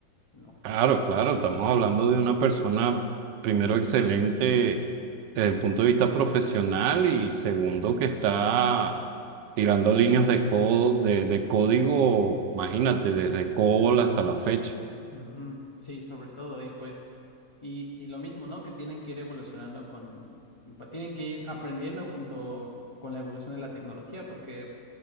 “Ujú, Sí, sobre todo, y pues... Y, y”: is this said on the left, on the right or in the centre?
Left